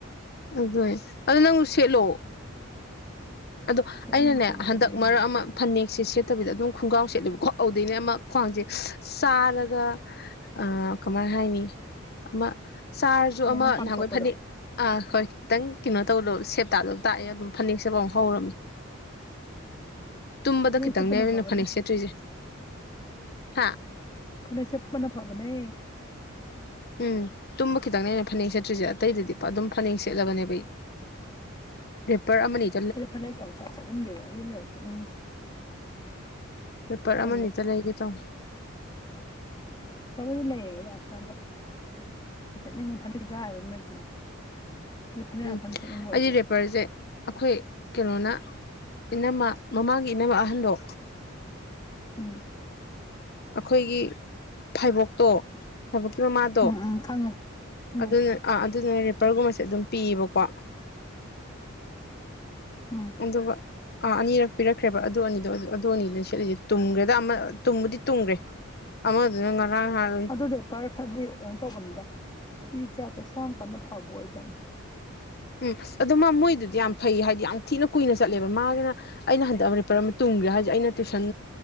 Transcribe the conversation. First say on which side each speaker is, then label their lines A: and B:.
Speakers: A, on the left; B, on the left.
A: ꯑꯗꯨꯅꯦ ꯑꯗꯨ ꯅꯪ ꯁꯦꯠꯂꯣ ꯑꯗꯣ
B: ꯁꯦꯠꯅꯤꯡꯗꯤꯌꯦ
A: ꯑꯩꯅꯅꯦ ꯍꯟꯗꯛ ꯃꯔꯛ ꯑꯃ ꯐꯅꯦꯛꯁꯦ ꯁꯦꯠꯇꯕꯤꯗ ꯑꯗꯨꯝ ꯈꯨꯡꯒꯥꯎ ꯁꯦꯠꯂꯦꯕꯀꯣ ꯑꯗꯧꯗꯩꯅꯦ ꯑꯃ ꯈ꯭ꯋꯥꯡꯖꯦ ꯆꯥꯔꯒ ꯑꯥ ꯀꯃꯥꯏ ꯍꯥꯏꯅꯤ ꯑꯃ ꯆꯥꯔꯁꯨ
B: ꯍꯦꯟꯅ
A: ꯑꯃ
B: ꯀꯥꯝꯊꯣꯛꯄꯗꯣ
A: ꯅꯍꯟꯈꯩ ꯐꯅꯦꯛ ꯑꯥ ꯍꯣꯏ ꯈꯤꯇꯪ ꯀꯩꯅꯣ ꯇꯧꯗꯣ ꯁꯦꯞ ꯇꯥꯗꯕ ꯇꯥꯛꯑꯦ ꯑꯗꯨꯝ ꯐꯅꯦꯛꯁꯦꯠꯄ ꯍꯧꯔꯕꯅꯤ ꯇꯨꯝꯕꯗ
B: ꯐꯅꯦꯛ
A: ꯈꯤꯇꯪꯅꯦꯃꯤ
B: ꯁꯦꯠꯄꯅ
A: ꯑꯩꯅ
B: ꯐꯕꯅꯦ
A: ꯐꯅꯦꯛ ꯁꯦꯠꯇ꯭ꯔꯤꯁꯦ ꯍꯥꯥ
B: ꯐꯅꯦꯛ ꯁꯦꯠꯄꯅ ꯐꯕꯅꯦ
A: ꯎꯝ ꯇꯨꯝꯕ ꯈꯤꯇꯪꯅꯦ ꯑꯩꯅ ꯐꯅꯦꯛ ꯁꯦꯠꯇ꯭ꯔꯤꯖꯦ ꯑꯇꯩꯗꯗꯤ ꯑꯗꯨꯝ ꯐꯅꯦꯛ ꯁꯦꯠꯂꯕꯅꯦꯕ ꯑꯩ ꯔꯦꯄꯔ ꯑꯃꯅꯤ
B: ꯑꯩꯗꯤ ꯐꯅꯦꯛ <unintelligible> ꯁꯦꯠꯅꯤꯡꯗꯦꯗ ꯑꯩ ꯌꯨꯝ ꯂꯩ ꯁꯦꯠꯅꯤꯡꯗꯦ
A: ꯔꯦꯄꯔ ꯑꯃꯅꯤꯇꯥ
B: ꯇꯜꯂꯦ
A: ꯂꯩꯒꯦ ꯇꯧꯅꯤ
B: <unintelligible> ꯁꯦꯠꯅꯤꯡꯕ ꯐꯅꯦꯛꯗꯥ ꯍꯥꯏꯕ ꯑꯃ ꯂꯩꯗꯅ ꯑꯗꯨ ꯐꯅꯦꯛ
A: ꯎꯝ
B: ꯌꯥꯝ ꯀꯟꯅ ꯁꯦꯠꯅꯤꯡꯕ ꯑꯣꯏꯗꯦꯕ
A: ꯑꯩꯗꯤ ꯔꯦꯄꯔꯖꯦ ꯑꯩꯈꯣꯏ ꯀꯩꯅꯣꯅ ꯏꯅꯝꯃ ꯃꯃꯥꯡꯒꯤ ꯏꯅꯃ ꯑꯍꯟꯗꯣ
B: ꯎꯝ
A: ꯑꯩꯈꯣꯏꯒꯤ ꯐꯥꯏꯕꯣꯛꯇꯣ ꯐꯩꯕꯣꯛꯀꯤ ꯃꯃꯥꯗꯣ
B: ꯎꯝ ꯎꯝ ꯈꯪꯉꯦ ꯎꯝ
A: ꯑꯗꯨꯅ ꯑꯥ ꯑꯗꯨꯗꯨꯅ ꯔꯦꯄꯔꯒꯨꯝꯕꯁꯦ ꯑꯗꯨꯝ ꯄꯤꯌꯦꯕꯀꯣ
B: ꯎꯝ
A: ꯑꯗꯨꯒ ꯑꯥ ꯑꯅꯤꯔꯛ ꯄꯤꯔꯛꯈ꯭ꯔꯦꯕ ꯑꯗꯨ ꯑꯅꯤꯗꯣ ꯑꯗꯨ ꯑꯅꯤꯗꯨꯅ ꯁꯦꯠꯂꯤꯁꯦ ꯇꯨꯝꯒ꯭ꯔꯦꯗ ꯑꯃ ꯇꯨꯝꯕꯨꯗꯤ ꯇꯨꯝꯒ꯭ꯔꯦ ꯑꯃꯗꯨꯅ ꯉꯔꯥꯡ ꯉꯥꯟ
B: ꯑꯗꯨ ꯔꯦꯄꯔ ꯐꯔꯗꯤ ꯀꯩꯅꯣ ꯇꯧꯕꯅꯤꯗ ꯏ ꯆꯥꯛ ꯀꯩꯁꯨ ꯌꯥꯝ ꯀꯟꯅ ꯐꯕ ꯑꯣꯏꯗꯕꯅꯤ
A: ꯎꯝ ꯑꯗꯣ ꯃꯥ ꯃꯣꯏꯗꯨꯗꯤ ꯌꯥꯝ ꯐꯩ ꯍꯥꯏꯗꯤ ꯌꯥꯝ ꯊꯤꯅ ꯀꯨꯏꯅ ꯆꯠꯂꯦꯕ ꯃꯥꯒꯤꯅ ꯑꯩꯅ ꯍꯟꯗꯛ ꯑꯃ ꯔꯤꯄꯔ ꯑꯃ ꯇꯨꯝꯒ꯭ꯔꯦ ꯍꯥꯏꯖꯦ ꯑꯩꯅ ꯇꯨꯏꯁꯟ